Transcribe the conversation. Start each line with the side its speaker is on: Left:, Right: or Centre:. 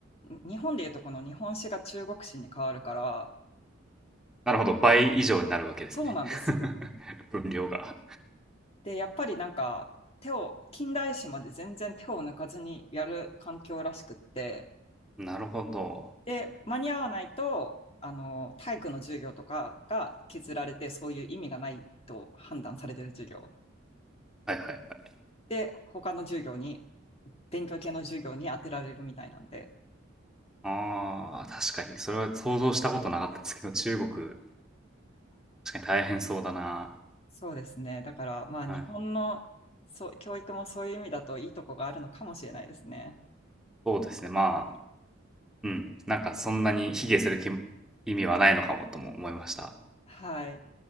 Left: 日本でいうとこの日本史が中国史に変わるから、
Centre: なるほど。倍以上になるわけですね。
Left: そうなんですよ。
Centre: <laughs> 分量が。
Left: で、やっぱりなんか、手を、近代史まで全然手を抜かずにやる環境らしくって、
Centre: なるほど。
Left: で、間に合わないと、あの、体育の授業とかが削られて、そういう意味がないと判断されてる授業。
Centre: はいはいはい。
Left: で、他の授業に、勉強系の授業に当てられるみたいなんで。
Centre: ああ、確かに。それは想像したことなかったんですけど、中国、確かに大変そうだな。
Left: そうですね。だから、まあ、
Centre: はい。
Left: 日本の、そう、教育もそういう意味だといいとこがあるのかもしれないですね。
Centre: そうですね。まあ、うん、なんかそんなに卑下するき意味はないのかもとも思いました。
Left: はい。